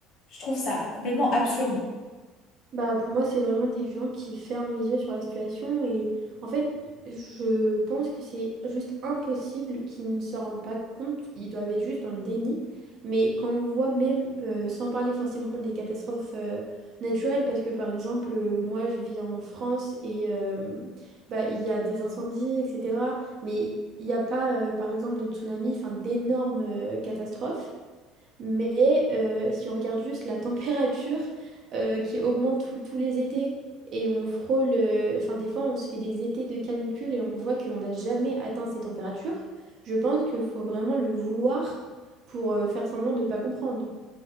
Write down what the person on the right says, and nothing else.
Bah, pour moi, c'est vraiment des gens qui ferment les yeux sur la situation et en fait, je pense que c'est juste impossible qu'ils ne se rendent pas compte. Ils doivent être juste dans le déni. Mais quand on voit même, euh, sans parler forcément des catastrophes euh, naturelles, parce que par exemple, euh, moi, je vis en France et euh, bah, il y a des incendies, etc. Mais il n'y a pas, euh, par exemple, de tsunami, enfin, d'énormes euh, catastrophes. Mais euh, si on regarde juste la température <laughs> euh, qui augmente tout- tous les étés et on frôle, euh, enfin des fois on se fait des étés de canicule et on voit qu'on n'a jamais atteint ces températures, je pense qu'il faut vraiment le vouloir pour euh, faire semblant de ne pas comprendre.